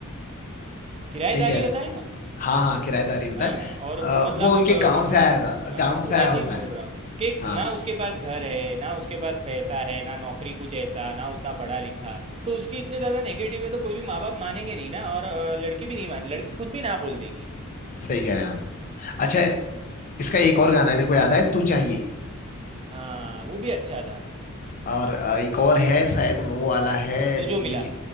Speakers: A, on the right; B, on the left.
A: किराएदारी
B: सही कह रहे
A: होता
B: हो।
A: है ना
B: हाँ हाँ किराएदारी होता
A: हाँ
B: है
A: हाँ, और
B: अ,
A: वो मतलब
B: वो उनके
A: अ,
B: गाँव से आया था-
A: हाँ हाँ,
B: गाँव से
A: तो ऐसे
B: आया होता
A: ही मैं
B: है
A: बोल रहा हूँ कि
B: हाँ
A: ना उसके पास घर है ना उसके पास पैसा है ना नौकरी कुछ ऐसा ना उतना पढ़ा लिखा तो उसकी इतने ज़्यादा नेगेटिव है तो कोई भी माँ बाप मानेंगे नहीं ना और अ, लड़की भी नहीं मान लड़की खुद भी ना बोल देगी
B: सही कह रहे हैं आप अच्छा
A: हम्म,
B: इसका एक और गाना है मेरे को याद आया तू चाहिए
A: हाँ वो भी अच्छा था
B: और अ, एक और है शायद वो वाला है
A: तू
B: जिंदगी
A: जो मिला